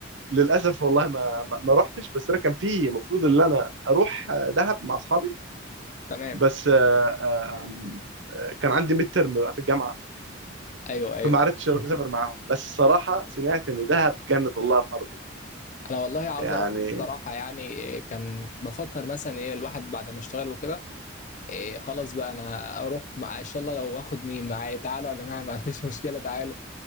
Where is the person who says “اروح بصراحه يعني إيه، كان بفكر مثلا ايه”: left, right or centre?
Left